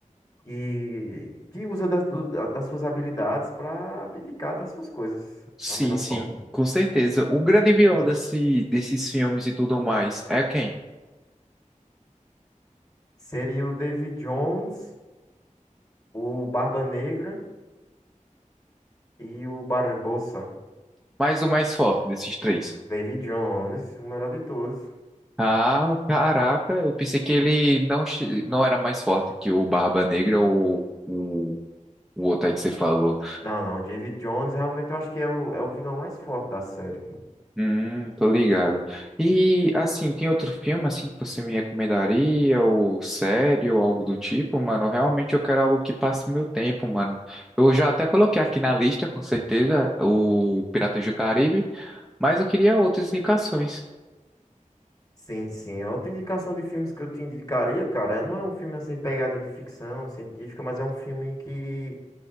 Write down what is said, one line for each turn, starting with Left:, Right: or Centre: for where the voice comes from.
Left: que, que usa das, do- da- das suas habilidades para abdicar das suas coisas
Centre: Sim,
Left: da melhor
Centre: sim,
Left: forma.
Centre: com certeza. O grande vilão desse, desses filmes e tudo mais é quem?
Left: Seria o David Jones, o Barba Negra e o Barbossa.
Centre: Mas o mais forte desses três.
Left: David Jones, o melhor de todos.
Centre: Ah, caraca, eu pensei que ele não, che- não era mais forte que o Barba Negra ou o, o outro aí que você falou.
Left: Não, não, David Jones realmente eu acho que é o, é o vilão mais forte da série.
Centre: Hum, tô ligado. E assim, tem outro filme assim que você me recomendaria, ou série, ou algo do tipo, mano? Realmente eu quero algo que passe meu tempo, mano. Eu já até coloquei aqui na lista, com certeza, o Piratas do Caribe, mas eu queria outras indicações.
Left: Sim, sim. A outra indicação de filmes que eu te indicaria, cara, é- não é um filme assim, pegada de ficção científica, mas é um filme que